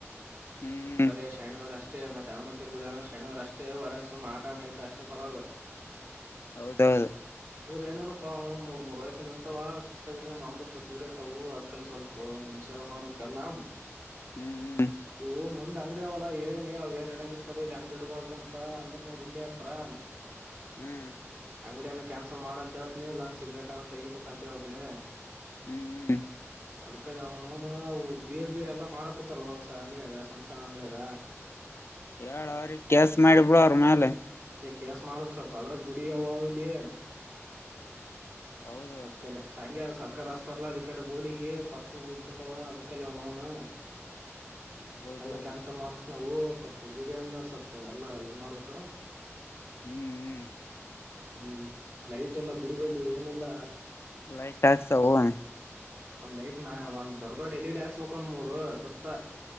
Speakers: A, on the left; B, on the right.
A: ಹ್ಮ್
B: ಬರಿ ಶನಿವಾರ ಅಷ್ಟೇ ಅಷ್ಟೇ ಮತ್ತೆ ಅಣಮ್ಮತ್ತೂ ಗುಡಿಯನ ಶನಿವಾರ ಅಷ್ಟೇ ಹೊರಗೆ ಸುಮ್ ಆಟ ಆಯ್ತ ಅಷ್ಟೇ ಬರೋದು
A: ಹೌದೌದು
B: ಏನಿಲ್ಲಪ್ಪ ಮೂರು ಮೂರು ರೇಷನ್ ಇರ್ತವ ಕಿಸ್ತಟ್ಟ ಮಾಡಂದ್ಬಿಡ್ತಾವ ಸಿಗ್ರೇಟ್ ಅವು ಅದ್ಲ್ಲ ಸ್ವಲ್ಪ ನಿಷೇಧ ಮಾಡ್ಬೇಕಲ್ಲ
A: ಹ್ಮ್ ಹ್ಮ್
B: ಇವು ಮುಂದ್ ಅಂಗಡಿ ಅವಲ್ಲಾ ಏನ್ ಇಡಂಗಿತ್ತ ಇಲ್ಲಿ ಅಂಗಡಿ ಇಡಬಾರಡ್ರ ಅಂತ ಅಂದ್ರನೋ ಅವ್ರು ಇಲ್ಲೇ ಇಟ್ರೆ
A: ಹ್ಮ್
B: ಅಂಗಡಿಯ ಕ್ಯಾನ್ಸಲ್ ಮಾಡ ಅಂತ ಹೇತನಿ ಇಲ್ಲಾ ಸಿಗರೇಟ್ ನಾ ತೆಗೀಬೇಕು ಅಂತ ಹೇತನಿ
A: ಹ್ಮ್ ಹ್ಮ್
B: ಅದ್ಕಡೆ ಅವನುವು ಬೀರ್ ಗೀರ್ ಎಲ್ಲಾ ಮಾರಕೂತಾರ ಅಂಗಡಿಯಾಗ ಸಣ್ಣ ಸಣ್ಣ ಅಂಗಡಿಯಾಗ
A: ಹೇಳಳ್ ಅವ್ರಿಗೆ ಕೇಸ್ ಮಾಡಿ ಬಿಡು ಅವರ ಮೇಲೆ
B: ಕೆೇಸ್ ಮಾಡ್ಬೇಕಕ್ ಸ್ವಲ್ಪ ಅದ್ರ ಗುಡಿಯ ಇಲ್ಲಿ
A: ಹೌದು
B: ಅದ್ ಕಲೆ ಸರ್ಕಾರಿ ಹಾಸ್ಪಿಟ್ಲ್ ಅದ್ ಈ ಕಡೆ ರೋಡಿಗೆ ಪಟ್ ನೋಗ ಬಿಡ್ತಾವ ಅದಕ್ಕ ಆವ್ನುನು
A: ಹೌದೌದು
B: ಎಲ್ಲಾ ಕ್ಯಾನ್ಸಲ್ ಮಾಡಸ ಅವು ಸ್ವಲ್ಪ ಗುಡಿ ಅಂದ್ಮೇಲೆ ಸ್ವಲ್ಲ ಎಲ್ಲಾ ಇದ ಮಾಡ್ಬೇಕ
A: ಹ್ಮ್ ಹ್ಮ್
B: ಹ್ಮ್ ಲೈಟ್ ಎಲ್ಲ ಗುಡಿ ಬಳಿ ಏನಿಲ್ಲ
A: ಲೈಟಚ್ ಹೋಗಮ್ಮ
B: ಒಂದ್ ಲೈಟ್ ನ ಒಂದ ದೊಡ್ಡ ದೊಡ್ಡ ಎಲ್ಇಡಿ ಹಾಕಿಸಬೇಕು ಒಂದ್ ಮೂರು ಸುತ್ತ